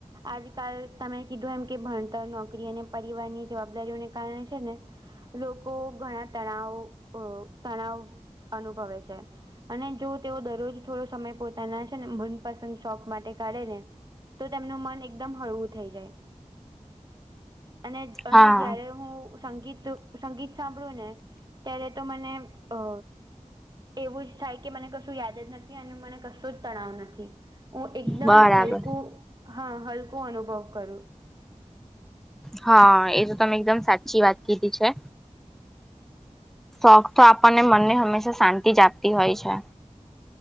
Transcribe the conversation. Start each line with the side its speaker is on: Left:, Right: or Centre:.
Right: આજકાલ તમે કીધું એમ કે ભણતર નોકરી અને પરિવારની જવાબદારીઓને કારણે છે ને લોકો ઘણા તણાવ તણાવ અનુભવે છે. અને જો તેઓ દરરોજ થોડો સમય પોતાના છે ને મનપસંદ શોખ માટે કાઢે ને તો તેમનું મન એકદમ હળવું થઈ જાય અને અને
Centre: હા
Right: જયારે હું સંગીત સંગીત સાંભળ્યું ને ત્યારે તો મને અ એવું જ થાય કે મને કશું યાદ જ નથી અને મને કશું જ તણાવ નથી. હું એકદમ
Centre: બરાબર
Right: હલકું હા હલકું અનુભવ કરું
Centre: હા એ તો તમે એકદમ સાચી વાત કીધી છે. શોખ તો આપણને મનને હંમેશા શાંતિ જ આપતી હોય છે.